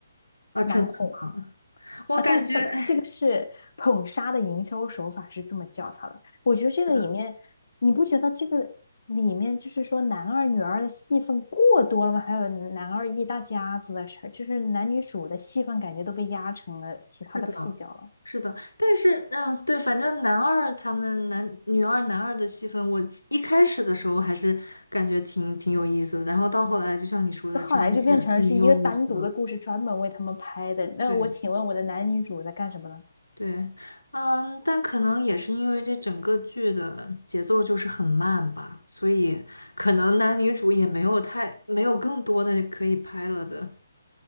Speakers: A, on the left (about 85°); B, on the left (about 55°).
A: 啊，真的吗？
B: 难哄
A: <laughs> 我感觉，
B: 啊！但但这个是捧杀的营销手法是这么叫它的。
A: 哎，
B: 我觉得这个里面，
A: 是的，
B: 你不觉得这个里面就是说男二女二的戏份过多了吗？还有男二一大家子的事儿，就是男女主的戏份感觉都被压成了其他的配角了。
A: 是的，是的。但是，嗯、对，反正男二他们男女二男二的戏份，我一开始的时候还是感觉挺挺有意思的，然后到后来，就像你说的，
B: 后来就变成是一个单独的故事，
A: 真的是没有意思了。
B: 专门为他们拍的。那我请问我的男女主在干什么呢？
A: 对。对，嗯，但可能也是因为这整个剧的节奏就是很慢吧，所以可能男女主也没有太没有更多的可以拍了的。